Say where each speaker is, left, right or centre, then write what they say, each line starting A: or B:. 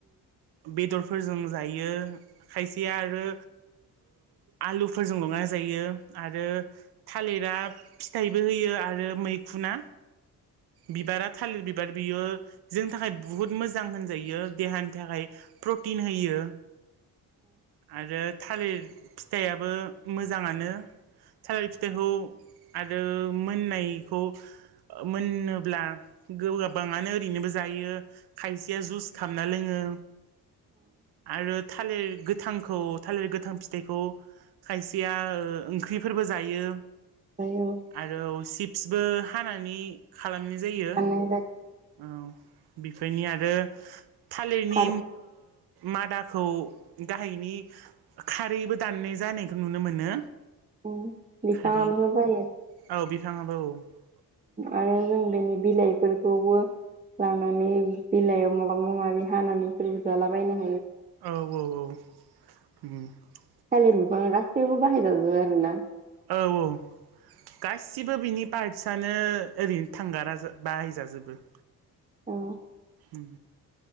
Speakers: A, on the right; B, on the right.
A: बेदरफोरजों जायो। खायसेया आरो आलुफोरजों लगायना जायो आरो थालिरा फिथाइबो होयो आरो मैखुना बिबारा थालिर बि एबार बियो जोंनि थाखाय बुहुत मोजां होनजायो देहानि थाखाय प्रटिन होयो। आरो थालिर फिथाइयाबो मोजाङानो थालिर फिथाइखौ आरो मोननायखौ मोन होनब्ला गोाबाङानो ओरैनोबो जायो। खायसेया जुस खालामामना लोङो आरो थालिर गोथां थालिर गोथां फिथाइखौ खायसेया ओ ओख्रिफोरबो जायो
B: फाननाय जायो
A: आरो सिप्सबो हानानै खालामनाय जायो
B: आरो
A: औ बेफोरनि आरो थालिरनि
B: खारै
A: मादाखौ गाहायनि खारैबो दाननाय जानायखौ नुनो मोनो।
B: <inaudible> जायो
A: खारै औ बिफाङाबो औ
B: आरो जों बेनि बिलाइफोरखौबो लानानै बिलाइयाव माबा माबि हानानै लोगोजालाबायना
A: औ औ औ
B: थालिर बिथांङा गासिबावबो बाहाय थाजोबो आरो ना।
A: औ औ गाससिबो बिनि पार्टसनो ओरैनो थांगारा बाहायजाजोबो
B: औ
A: उम